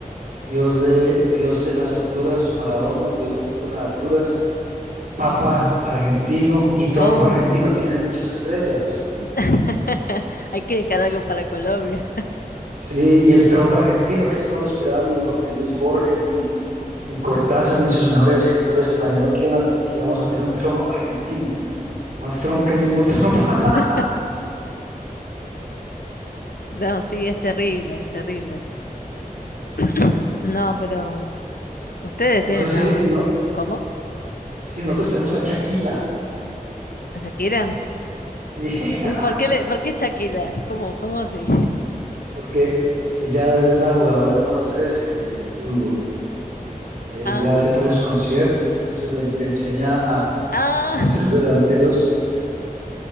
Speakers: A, on the right; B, on the left.
A: Dios de Dios en las alturas, Maradona, el Dios del fútbol en las alturas, Papa argentino y Trump
B: Oh,
A: argentino, tienen muchas estrellas.
B: <laughs> hay que dejar algo para Colombia.
A: Sí, y el Trump argentino, que eso no lo esperaba ni Jorge Luis Borges, ni, ni Cortázar, ni sus mejores escritores se imaginaron que, iban a te- que íbamos a tener un Trump argentino, más Trump que el mismo Trump. <laughs>
B: <laughs> No, sí, es terrible, es terrible. <clears throat> No, pero ustedes tienen
A: No sé
B: a...
A: si, no,
B: ¿Cómo?
A: si nosotros tenemos a Chaquila
B: ¿A Shakira?
A: Sí, <laughs>
B: ¿Por qué, le... ¿Por qué Shakira? ¿Cómo, cómo así?
A: porque ella es la jugadora número 13 del fútbol. Eh,
B: Ah,
A: Ella hace todos los conciertos, entonces le, le enseña a,
B: ah,
A: a nuestros delanteros,